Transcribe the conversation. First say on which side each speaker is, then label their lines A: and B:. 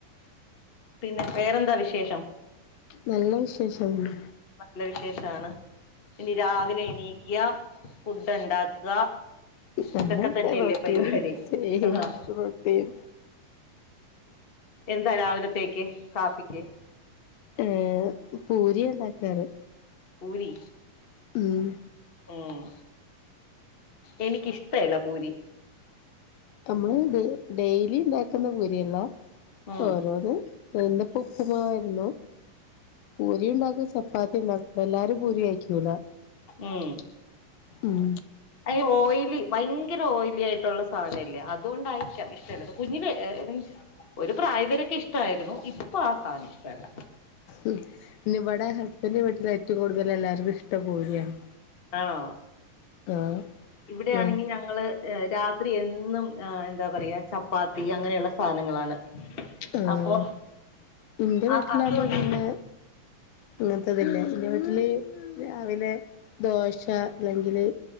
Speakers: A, on the left (about 40°); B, on the left (about 85°).
A: പിന്നെ വേറെന്താ വിശേഷം
B: നല്ല വിശേഷമാണ്
A: നല്ല വിശേഷാണ് ഇനി രാവിലെ എണീക്ക ഫുഡ് ഉണ്ടാക്ക
B: തന്നെ
A: ഇതൊക്കെ തന്നെല്ലേ
B: ആ റൊട്ടീൻ
A: പരിപാടി
B: സെയിം
A: ആഹ്
B: റൊട്ടീൻ
A: എന്താ രാവിലത്തേക്ക് കാപ്പിക്ക്
B: ഏഹ് പൂരിയ ഉണ്ടാക്കാറ്
A: പൂരി
B: ഉം
A: ഉം എനിക്കിഷ്ടയില്ല പൂരി
B: നമ്മള് ഡെയ്ലി ഉണ്ടാക്കുന്ന പൂരിയെല്ലാം
A: ഉം
B: ഓരോന്ന് എന്തപ്പോ ഉപ്പുമാവായിരുന്നു പൂരി ഉണ്ടാക്കും ചപ്പാത്തി ഉണ്ടാക്കും എല്ലാരും പൂരി കയിക്കൂല
A: ഉം
B: ഉം
A: അ ഓയിലി ഭയങ്കര ഓയിലി ആയിട്ടുള്ള സാധനല്ലേ അതുകൊണ്ടായിരിക്കാം ചെലത് കുഞ്ഞില് മീൻസ് ഒരു പ്രായവരൊക്കെ ഇഷ്ടമായിരുന്നു ഇപ്പൊ ആ സാധനം ഇഷ്ട്ടല്ല
B: ഇ ഇവിടെ ഹസ്ബൻഡന്റെ വീട്ടിൽ ഏറ്റവും കൂടുതൽ എല്ലാവർക്കും ഇഷ്ടം പൂരിയാണ്
A: ആണോ
B: ആഹ്
A: ഇവിടെയാണെങ്കി
B: ആഹ്
A: ഞങ്ങള് രാത്രി എന്നും എന്താ പറയാ ചപ്പാത്തി അങ്ങനെയുള്ള സാധനങ്ങളാണ്
B: ആഹ്
A: അപ്പൊ
B: എന്റെ
A: ആ
B: വീട്ടിലാകുമ്പോ
A: അതുകൊണ്ട്
B: പിന്നെ അങ്ങനത്തെതല്ലേ എന്റെ വീട്ടില് രാവിലെ ദോശ അല്ലെങ്കില്